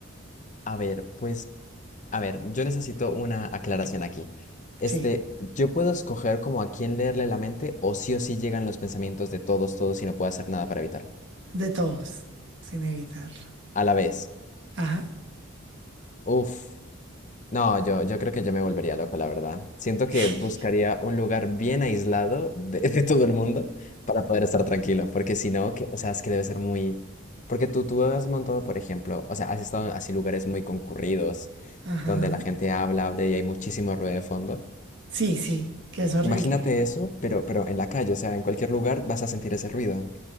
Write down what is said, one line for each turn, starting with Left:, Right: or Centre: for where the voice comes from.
Left: A ver, pues, a ver, yo necesito una aclaración aquí. Este,
Right: Sí,
Left: ¿yo puedo escoger como a quién leerle la mente o sí o sí llegan los pensamientos de todos, todos y no puedo hacer nada para evitarlo?
Right: de todos, sin evitarlo.
Left: A la vez.
Right: Ajá,
Left: Uf. No, yo, yo creo que yo me volvería loco, la verdad. Siento que
Right: <laughs>
Left: buscaría un lugar bien aislado de, <laughs> de todo el mundo para poder estar tranquilo, porque si no, que, o sea, es que debe ser muy... Porque tú, tú has montado, por ejemplo, o sea, has estado en así lugares muy concurridos,
Right: ajá.
Left: donde la gente habla, habla y hay muchísimo ruido de fondo.
Right: Sí, sí, que es horrible.
Left: Imagínate eso, pero, pero en la calle, o sea, en cualquier lugar vas a sentir ese ruido.